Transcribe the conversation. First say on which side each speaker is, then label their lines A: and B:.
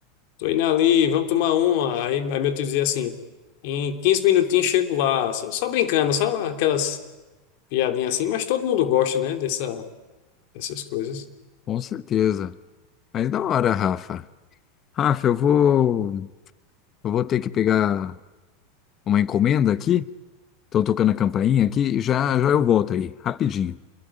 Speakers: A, on the left; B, on the left.
A: tô indo ali, vamos tomar uma. Aí, aí meu tio dizia assim, em 15 minutinhos chego lá, só, só brincando, só aquelas piadinha assim, mas todo mundo gosta, né, dessa, dessas coisas.
B: Com certeza. Mas da hora, Rafa. Rafa, eu vou, eu vou ter que pegar uma encomenda aqui. Estão tocando a campainha aqui. Já, já eu volto aí, rapidinho.